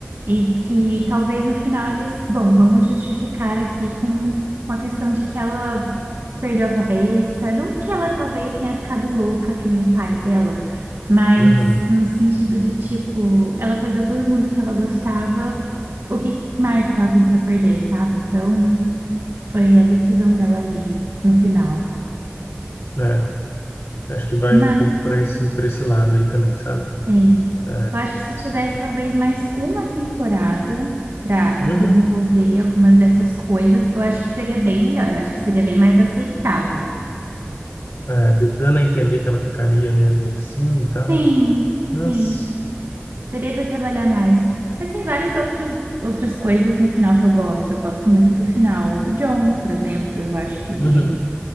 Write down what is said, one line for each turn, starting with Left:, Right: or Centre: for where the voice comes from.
Right: E que talvez no final eles, bom, vamos justificar aqui com, com a questão de que ela perdeu a cabeça, não que ela talvez tenha ficado louca, que nem o pai dela, mas
Left: Uhum.
Right: no sentido de tipo, ela perdeu todo mundo que ela gostava, o que mais que ela tem para perder, sabe? Então, foi a decisão dela ali no final.
Left: É. Acho que vai
Right: Mas
Left: um pouco para esse, para esse lado aí também, sabe?
Right: Sim.
Left: É,
Right: Eu acho que se tivesse talvez mais uma temporada para
Left: uhum.
Right: desenvolver algumas dessas coisas, eu acho que ficaria bem melhor. Eu acho que seria bem mais aceitável.
Left: É, d- dando a entender que ela ficaria, né, meio assim e tal.
Right: Sim, sim.
Left: Mas,
Right: Daria para trabalhar mais. Mas tem várias outras, outras coisas no final que eu gosto. Eu gosto muito do final do John, por exemplo. Eu acho que
Left: uhum.